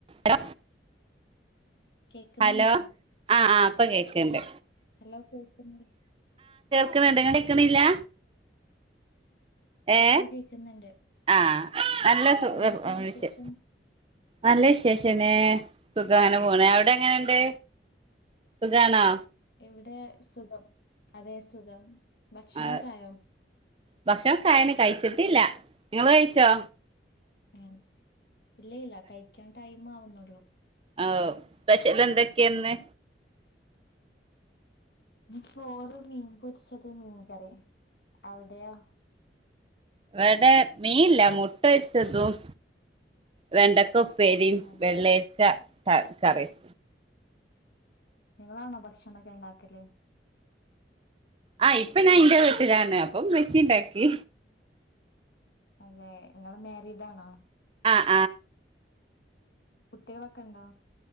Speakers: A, on the right (about 30°); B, on the left (about 65°).
A: അ
B: കേക്കുന്നുണ്ടോ?
A: hello ആഹ ഇ പ്പൊ കേക്കണ്ട്
B: ഹലോ കേർക്കുന്നില്ലെ
A: കേക്ക്ണുണ്ട്, കേക്കണില്ലാ ഏ
B: ഓ കേക്കുന്നുണ്ട്.
A: ആ നല്ല സുഖ
B: എന്തൊക്കെ വിശേഷം?
A: വിശേ നല്ലേ ശേഷന്നേ സുഖ അങ്ങനെ
B: എന്താണ്
A: പോണ അവിടെ എങ്ങനെുണ്ട് സുഖാണോ
B: ഇവിടെ സുഖം അതെ സുഖം ഭക്ഷണൊക്കെ
A: ആഹ
B: ആയോ?
A: ഭക്ഷണം കായന് കഴിച്ചിട്ടില്ല നിങ്ങള് കഴിച്ചോ
B: ആ ഇല്ലയില്ല കഴിക്കാൻ ടൈമാവുന്നതേയുള്ളു
A: ആ സ്പെഷ്യൽ എന്തൊക്കെയന്ന്
B: ചോറ് മീൻ പൊരിച്ചത് മീൻകറി അവിടെയോ
A: എവിടെ മീനല്ല മുട്ട വച്ചതും വെണ്ടക്ക ഉപ്പേരിയും
B: അതെ.
A: വെള്ളേരിക്ക കറിയും
B: നിങ്ങളാണോ ഭക്ഷണംൊക്കെ ഉണ്ടാക്കല്
A: ആ ഇപ്പൊഞാൻ വീട്ടിലാണ് അപ്പം ഇമ്മച്ചി യുണ്ടാക്കി
B: അതെ നിങ്ങള് മരിഡ് ആണോ
A: ആ
B: കുട്ടികളൊക്കെയുണ്ടോ